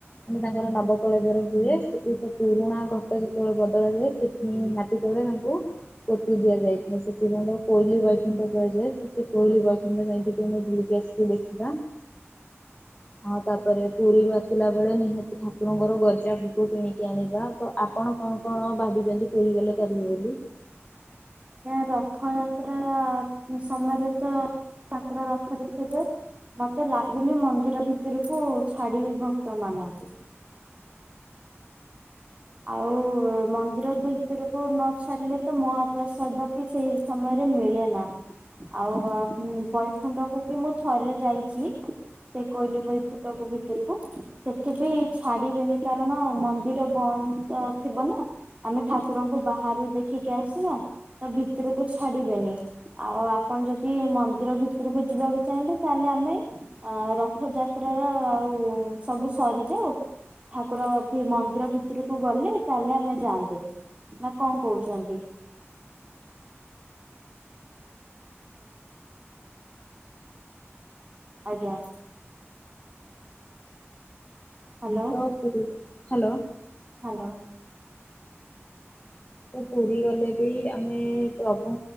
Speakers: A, on the left; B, on the right.
A: ଯେ ତାଙ୍କର ନବକଳେବର ହୁଏ ସେଠି ତ ପୁରୁଣା ଘଟ ଯେତେବେଳେ ବଦଳାଯାଏ ସେଠି ନାଁ ଯେତେବେଳେ ତାଙ୍କୁ ପୋତି ଦିଆଯାଇଥାଏ ସେଥିପାଇଁ ତାକୁ କୋଇଲି ବୈକୁଣ୍ଠ କୁହାଯାଏ। ସେ ସେ କୋଇଲି ବୈକୁଣ୍ଠ ଯାଇଙ୍କି କେବେ ଆମେ ବୁଲିକି ଆସିକି ଦେଖିବା। ଆଉ ତାପରେ ପୁରୀ ରୁ ଆ ଥିଲାବେଳେ ନିହାତି ଠାକୁରଙ୍କର ଗଜା ଭୋକ କିଣିକି ଆଣିବା ତ ଆପଣ କଣ କଣ ଭାବିଛନ୍ତି? ପୁରୀ ଗଲେ କରିବେ ବୋଲି?
B: ଆଜ୍ଞା ରଥଯାତ୍ରା ସମୟରେ ତ ଠାକୁର ରଥରେ ଥିବେ ମତେ ଲାଗୁନି ମନ୍ଦିର ଭିତରକୁ ଛାଡିବେ ଭକ୍ତ ମାନଙ୍କୁ। ଆଉ ମନ୍ଦିର ଭିତରକୁ ନଛାଡିଲେ ତ ମହାପ୍ରସାଦ ବି ସେଇ ସମୟରେ ମିଳେ ନା। ଆଉ ବୈଖୁଣ୍ଡକୁ ବି ମୁଁ ଥରେ ଯାଇଛି। ସେ କୋଇଲି ବୈକୁଣ୍ଠ <unintelligible> ଭିତରକୁ। ସେଠି ବି ଛାଡିବେନି କାରଣ ମନ୍ଦିର ବନ୍ଦ ତ ଥିବ ନା ଆମେ ଠାକୁରଙ୍କୁ ବାହାରୁ ଦେଖି ଠିକେ ଆସିବା ତା ଭିତରକୁ ଛାଡିବେନି। ଆଉ ଆପଣ ଯଦି ମନ୍ଦିର ଭିତରକୁ ଯିବାକୁ ଚାହିଁବେ ତାହେଲେ ଆମେ ଆ ରଥଯାତ୍ରାର ଆଉ ସବୁ ସରିଯାଉ ଠାକୁର ମନ୍ଦିର ଭିତରୁ ତୁ ଗଲେ ତାହେଲେ ଆମେ ଯାଆନ୍ତେ ନା କଣ କହୁଛନ୍ତି? ଆଜ୍ଞା। ହ୍ୟାଲୋ
A: ତ <unintelligible> ହ୍ୟାଲୋ
B: ହ୍ୟାଲୋ।
A: ତ ପୁରୀ ଗଲେ ବି ଆମେ ପ୍ରଭୁ